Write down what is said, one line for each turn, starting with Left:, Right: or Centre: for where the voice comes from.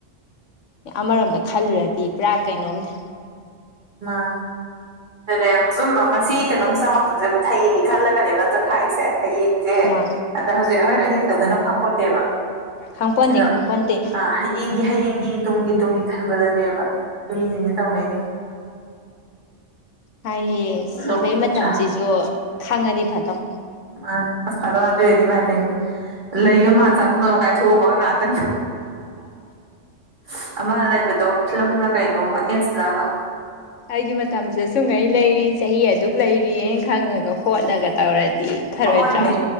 Left: ꯑꯃꯔꯣꯝꯗ ꯈꯜꯂꯨꯔꯗꯤ ꯄꯨꯔꯥ ꯀꯩꯅꯣꯝꯅꯦ
Right: ꯃꯥꯅꯦ ꯑꯗꯨꯅꯦ ꯁꯨꯝ ꯉꯁꯤ ꯀꯩꯅꯣꯝ ꯆꯥꯍꯧꯗꯕꯁꯦ ꯑꯃꯨꯛ ꯊꯌꯦꯡꯉꯤ ꯈꯜꯂꯒꯅꯦꯕ ꯅꯠꯇ꯭ꯔꯣ ꯈꯥꯏꯁꯦ ꯍꯌꯦꯡꯁꯦ
Left: ꯃꯥ
Right: ꯑꯗ ꯍꯧꯖꯤꯛ ꯍꯣꯔꯦꯟ ꯑꯍꯤꯡꯒꯗꯧꯗꯅ ꯈꯪꯄꯣꯠꯇꯦꯕ
Left: ꯈꯪꯄꯣꯟꯇꯦ
Right: ꯑꯗꯣ
Left: ꯈꯪꯄꯣꯟꯇꯦ
Right: ꯑ ꯍꯌꯦꯡꯒꯤ ꯍꯌꯦꯡꯒꯤ ꯇꯨꯡꯒꯤ ꯇꯨꯡꯒꯤ ꯈꯟꯕꯗꯅꯦꯕ ꯃꯤꯖꯁꯤꯡ ꯆꯥꯎꯅꯦꯁꯤꯡ
Left: ꯍꯥꯏꯗꯤ ꯁꯤꯕꯩ
Right: ꯅꯣꯛꯅꯤꯡꯗ꯭ꯔꯥ
Left: ꯃꯇꯝꯁꯤꯁꯨ ꯈꯪꯉꯅꯤ ꯐꯗꯧ
Right: ꯃꯥ ꯑꯁ ꯐꯥꯗꯧꯅꯗꯣꯏꯅꯤ ꯃꯥ ꯍꯥꯏꯄꯦꯟ ꯂꯩꯒ ꯃꯥꯟ ꯆꯥꯛ ꯄꯨꯅ ꯀꯥꯏ ꯊꯣꯑꯃꯒ ꯉꯥꯛ <inaudible> ꯑꯃ ꯂꯩꯕꯗꯣ ꯐꯤꯂꯝꯅ ꯀꯩꯅꯣꯃ ꯑꯦꯠꯁꯂ ꯑꯃ
Left: ꯑꯩꯒꯤ ꯃꯇꯝꯁꯤꯗ ꯁꯨꯡꯉꯩ ꯂꯩꯔꯤ ꯆꯍꯤ ꯑꯗꯨꯛ ꯂꯩꯔꯤꯅ ꯈꯪꯉꯒ ꯍꯣꯠꯂꯒ ꯇꯧꯔꯗꯤ ꯐꯔꯣꯏꯗ꯭ꯔꯥ
Right: ꯍꯣꯏꯅꯦ